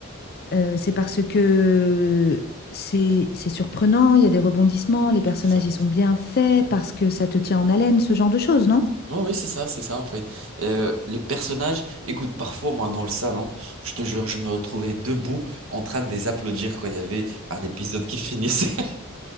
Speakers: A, on the left (about 50°); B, on the right (about 70°).
A: Euh, c'est parce que c'est c'est surprenant, il y a des rebondissements, les personnages
B: Exact.
A: ils sont bien faits parce que ça te tient en haleine, ce genre de choses, non?
B: Ouais, oui, c'est ça, c'est ça en fait. Euh, les personnages, écoute, parfois moi dans le salon, je te jure, je me retrouvais debout en train de les applaudir quand il y avait un épisode qui finissait. <laughs>